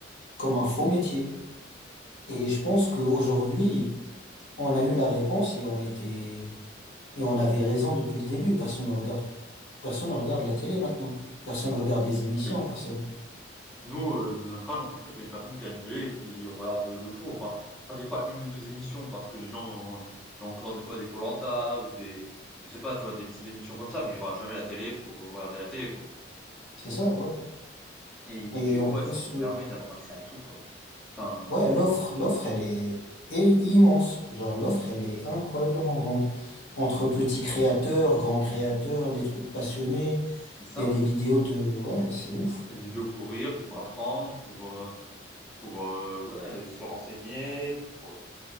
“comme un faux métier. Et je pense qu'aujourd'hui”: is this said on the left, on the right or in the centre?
Left